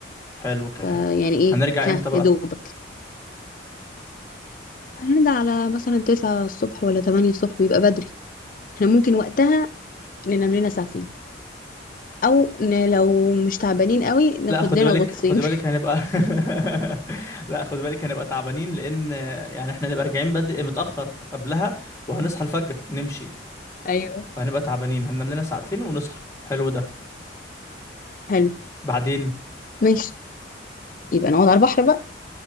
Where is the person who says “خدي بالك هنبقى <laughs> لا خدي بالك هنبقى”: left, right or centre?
Left